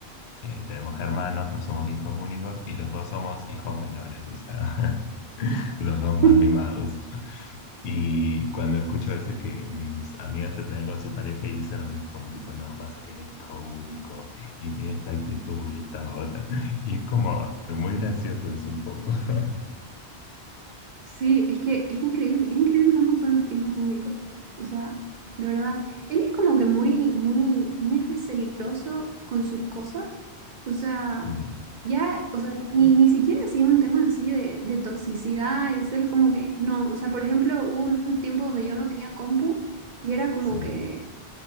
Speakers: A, on the left (about 75°); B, on the right (about 60°).
A: Eh, tenemos hermanos, no somos hijos únicos y los dos somos hijos menores, o sea, <laughs> los dos más
B: <laughs>
A: mimados. Y cuando escucho a veces que mis amigas se pelean con su pareja y dicen amigos como tipo, no, pasa que él es hijo único y tiene esta actitud y esta otra. Y es como muy gracioso eso un poco. <laughs>
B: Sí, es que es increíble, es increíble cómo son los hijos únicos. O sea, de verdad, él es como que muy, muy, muy receloso con sus cosas. O sea,
A: Sí,
B: ya, o sea, ni, ni siquiera así un tema así de, de toxicidad y de celos, como que no. O sea, por ejemplo, hubo un tiempo donde yo no tenía compu y era como
A: sí,
B: que